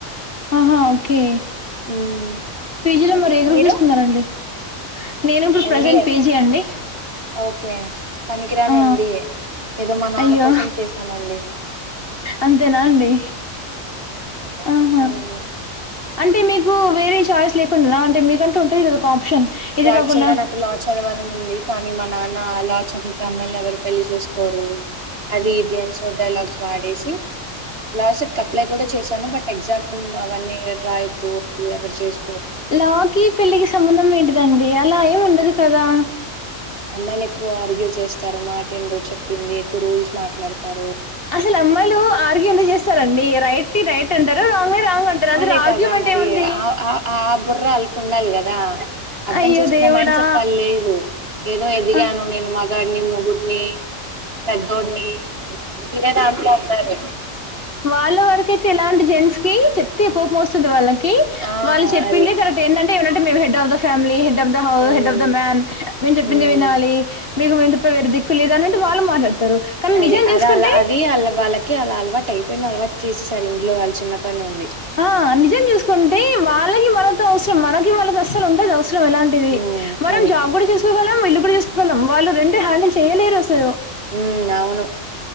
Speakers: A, on the left (about 45°); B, on the right (about 45°).
A: ఆహా ఓకే
B: ఉమ్
A: పేజీలో
B: అది
A: మరి ఏ గ్రూపు
B: మీరు
A: తీసుకున్నారండి నేను ఇప్పుడు
B: ఎంబిఏ
A: ప్రజెంట్ పీజి అండి
B: ఓకే పనికిరాని
A: ఆ
B: ఎంబిఏ ఏదో మా నాన్న
A: అయ్యో
B: కోసం చేశానండి
A: అంతేనా అండి
B: మ్
A: ఆహా అంటే మీకు వేరే చాయిస్ లేకుండేనా అంటే మీకంటూ ఉంటది కదా ఒక ఆప్షన్ ఇది కాకుండా
B: అచ్చుల్గా నాకు ల చదవాలన్ ఉంది కానీ మా నాన్న లా చదివితే అమ్మల్ని ఎవరు పెళ్లి చేసుకోరు అది ఇది సోది డైలాగ్స్ వాడేసి లాస్ట్ట్ అప్లై కూడా చేశాను బట్ ఎగ్జామ్ అవన్నీ ఇయొద్దు వద్దు ఎవరు చేస్
A: లాకి పెళ్ళికి సంబంధం ఏంటిదండి అలా ఏం ఉండదు కదా
B: అమ్మాయిలు ఎక్కువ ఆర్గ్యూ చేస్తారు మాటీండ్రు చెప్పింది ఎక్కువ రూల్స్ మాట్లాడుతారు
A: అసలు అమ్మాయిలు ఆర్గ్యూ ఎందుకు చేస్తారండి రైట్ ని రైట్ అంటారు రాంగ్ ది రాంగ్ అంటారు అందులో
B: అదే కదా
A: ఆర్గ్యుమెంట్
B: మరి
A: ఏముంది
B: ఆ ఆ బుర్రా అళ్ళకు ఉండాలి కదా అర్ధం
A: అయ్యో
B: చేసుకునే
A: దేవుడా
B: మైండ్ సెట్ వాళ్ళు లేదు ఏదో ఎదిగాను
A: ఆ
B: నేను మా గాడిని మొగున్ని పెద్దోడిని తినే దాంట్లో ఉంటారు
A: వాళ్ళ వరకయితే ఇలాంటి జెంట్స్ కి చెప్తే కోపం వస్తుంది వాళ్ళకి
B: ఆ
A: వాళ్ళు చెప్పిండే
B: అది
A: కర్రెక్ట్ ఏంటంటే ఏమంటే మేము head of the family hay head of the house
B: um
A: head of the man మేము చెప్పిందే
B: ఉమ్
A: వినాలి మీకు మీము తప్ప వేరు దిక్కు లేదు అన్నట్ వాళ్ళు మాట్లాడ్ ారు కానీ
B: అది
A: నిజం చూసుకుంటే
B: అది అలా అది అళ్ళ వాళ్ళకి అలా అలవాటు అయిపోయింది అలవాటు చేసేసారు ఇంట్లో వాళ్ళ చిన్నప్పటి నుండి
A: ఆ నిజం చూసుకుంటే వాళ్ళకి మనతో అవసరం మనకి వాళ్ళకి అస్సలు ఉండద్ అవస్ సరం అలాంటిది
B: ఉమ్
A: మనం
B: అది
A: జాబ్ కూడా చసుకోగాలం ఇల్లు కూడా చేసుకోగలం వాళ్ళు రెండు హ్యాండిల్ చేయలేరు అస లు
B: ఉమ్ అవును